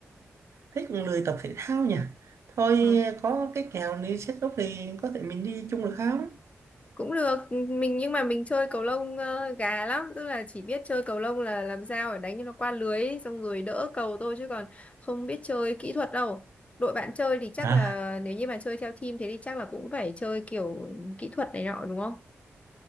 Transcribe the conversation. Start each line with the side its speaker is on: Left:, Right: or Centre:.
Right: thấy cũng lười tập thể thao nhỉ? thôi
Left: Ờ.
Right: có cái kèo đi set up thì có thể mình đi chung được không
Left: cũng được mình nhưng mà mình chơi cầu lông ờ, gà lắm tức là chỉ biết chơi cầu lông là làm sao để đánh cho nó qua lưới ấy, xong rồi đỡ cầu thôi chứ còn không biết chơi kỹ thuật đâu đội bạn chơi thì chắc
Right: à
Left: là nếu như mà chơi theo team thế thì chắc là cũng phải chơi kiểu kỹ thuật này nọ đúng không